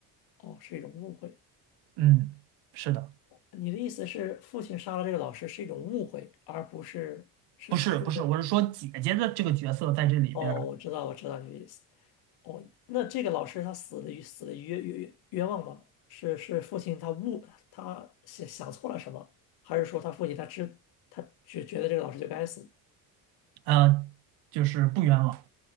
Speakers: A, on the left (about 65°); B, on the right (about 70°).
A: 哦，是一种误会。
B: 嗯，是的。
A: 你的意思是父亲杀了这个老师是一种误会，而不是是出于一种
B: 不是不是，我是说姐姐的这个角色在这里边儿，
A: 哦，我知道，我知道你的意思。哦，那这个老师他死的死的冤冤冤枉吗？是是父亲他误他想想错了什么，还是说他父亲他知他觉觉得这个老师就该死，
B: 呃，就是不冤枉。